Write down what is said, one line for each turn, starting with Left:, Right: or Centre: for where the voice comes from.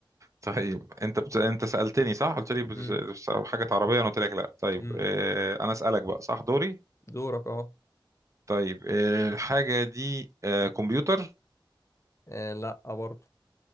Right: طيب انت بت... انت سألتني صح؟ قلت لي بت...
Left: امم
Right: بت- حاجة عربية انا قلت لك لا طيب
Left: امم
Right: اه... انا اسألك بقى صح دوري؟
Left: دورك اه
Right: طيب اه... الحاجة دي اه... كمبيوتر؟
Left: آه، لا برضه